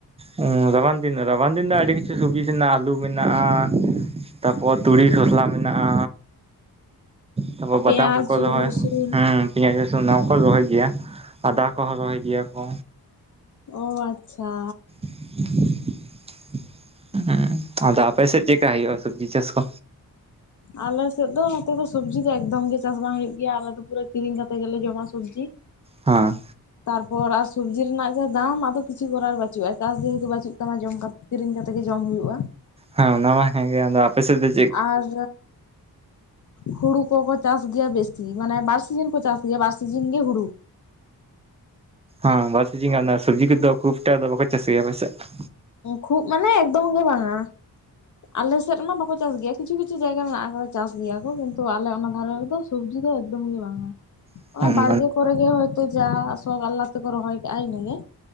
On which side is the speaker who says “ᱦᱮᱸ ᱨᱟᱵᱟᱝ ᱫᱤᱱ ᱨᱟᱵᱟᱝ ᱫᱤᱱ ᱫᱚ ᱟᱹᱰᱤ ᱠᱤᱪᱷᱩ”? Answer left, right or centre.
Right